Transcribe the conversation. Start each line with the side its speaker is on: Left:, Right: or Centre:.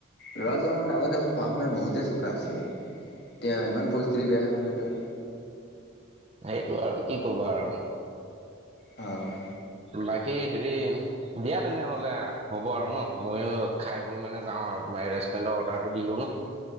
Left: ল'ৰাজন আগতেখন পঢ়া শুনাত বহুতেই চোকা আছিলে। এতিয়া ইমান পৰিস্থিতি বেয়া হৈ গ'ল ন তাৰ।
Right: সেইটো আৰু কি কব আৰু
Left: হয়।
Right: বাকী। হেৰি দিয়া তেনেহলে হ'ব আৰু ন ময়ো খাই বৈ মানে যাওঁ আৰু তোমাৰ ৰেষ্টুৰেণ্টত। অৰ্ডাৰটো দিলো ন